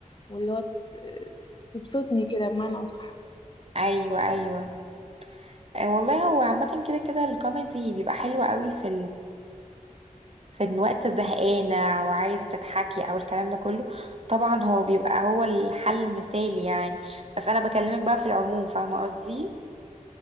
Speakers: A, on the left (about 35°); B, on the right (about 50°).
A: واللي هو ت- تبسطني كده بمعنى أصح
B: ايوه ايوه آه، والله هو عامة كده كده الكوميدي بيبقى حلو قوي في في إن وقت زهقانة وعايزة تتحكي أو الكلام ده كله طبعا هو بيبقى هو الحل المثالي يعني بس أنا بكلمك بقى في العموم فاهمة قصدي